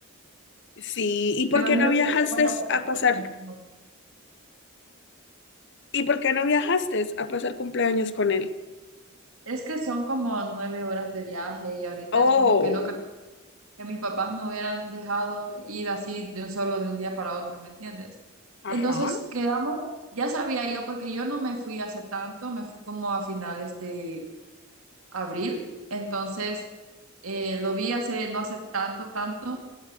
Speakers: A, on the left; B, on the right.
A: sí. ¿Y por
B: Me imagino
A: qué no viajaste
B: que para ponerte
A: a pasar?
B: temprano.
A: ¿Y por qué no viajaste a pasar cumpleaños con él?
B: Es que son como nueve horas de viaje y ahorita
A: Oh,
B: es como que no creo que mis papás me hubieran dejado ir así de un solo de un día para otro, ¿me entiendes?
A: ajá,
B: Entonces quedamos, ya sabía yo porque yo no me fui hace tanto, me fui como a finales de abril, entonces eh, lo vi hace no hace tanto, tanto,